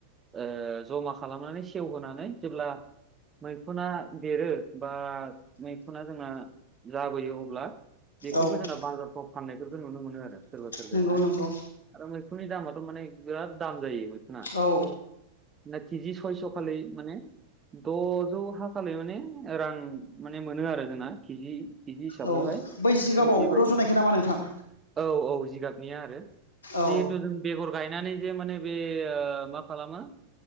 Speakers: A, on the right; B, on the left.
A: ओ जमा खालामनानै सेवहोनानै जेब्ला मैखुना देरो बा मैखुना जोंना जाबोयो अब्ला बेखौबो
B: औ
A: जोंना बाजारफ्राव फाननायफोरखौ नुनो मोनो आरो सोरबा सोरबायाहाय।
B: नंगौ नंगौ
A: आरो मैखुननि दामाथ' माने बिराद दाम जायो मैखुना।
B: औ
A: ना केजि सयस'खालै माने द'जौ हाखालाय माने रां माने मोनो आरो जोंना केजि। किजि हिसाबावहाय
B: औ बै जिगाबाव
A: माने बेबायदि
B: रज'नायखो नामा नोंथां?
A: औ औ जिगाबनिया आरो
B: औ
A: जिहेतु जों बेगर गायनानै जे माने बे ओ मा खालामो